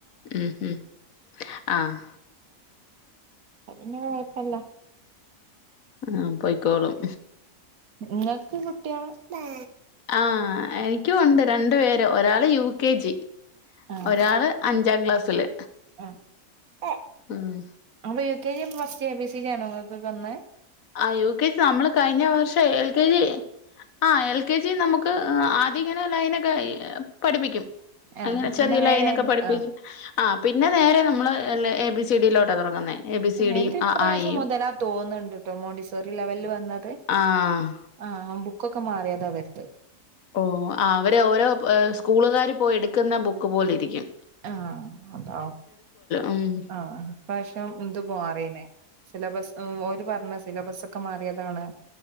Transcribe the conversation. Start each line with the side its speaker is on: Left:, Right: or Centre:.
Left: ഉം ഉം ആഹ്
Right: അപ്പപ്പിന്നെ പ്പൊല്ല
Left: ആഹ് പോയിക്കോളും
Right: നിങ്ങക്ക് കുട്ടിയോള്
Left: ആഹ് എനിക്കും ഒണ്ട് രണ്ടു പേര് ഒരാള് യു കെ ജി
Right: ആഹ്
Left: ഒരാള് അഞ്ചാം ക്ലാസ്സില്
Right: ആഹ്
Left: ഉം
Right: അപ്പൊ യു കെ ജി യും ഫസ്റ്റ് എ ബി സി ഡിയാണോ ങ്ങക്കൊക്കെ വന്നേ
Left: ആഹ് യു കെ ജി നമ്മള് കഴിഞ്ഞ വർഷം എൽ കെ ജി ആഹ് എൽ കെ ജി നമുക്ക് ആദ്യം ഇങ്ങനെ ലൈനൊക്കെ പഠിപ്പിക്കും
Right: ആഹ്
Left: അങ്ങനെ ചെറിയ
Right: പിന്നെ നേരെ
Left: ലൈനൊക്കെ പഠിപ്പിക്കും
Right: ആഹ്
Left: ആഹ് പിന്നെ നേരെ നമ്മള് എ ബി സി ഡി യിലോട്ടാ തുടങ്ങുന്നേ എ ബി സി ഡിയും
Right: എൻ്റെ ഇപ്രാവശ്യം
Left: അ ആ ഇയും
Right: മുതലാ തോന്നുന്നുണ്ട് ട്ടോ മോണ്ടിസോറി ലെവല് വന്നത്
Left: ആഹ്
Right: ആഹ് ബുക്കൊക്കെ മാറിയതാ വരുത്ത്
Left: ഓ ആ അവര് ഓരോ സ്കൂളുകാര് പോയി എടുക്കുന്ന ബുക്ക് പോലിരിക്കും
Right: ആഹ് അതാ
Left: ഉം
Right: ആഹ് ഇപ്രാവശ്യം ഇത് മാറീന് സിലബസ് ഓരു പറഞ്ഞു സിലബസ്സൊക്കെ മാറിയതാണ്